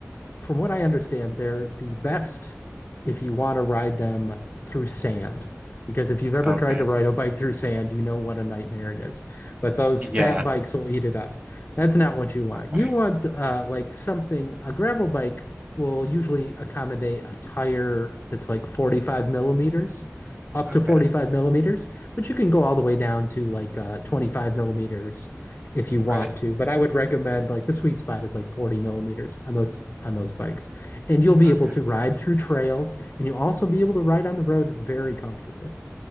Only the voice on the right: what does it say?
Okay.
Yeah.
Okay.
Okay.
Right.
Okay.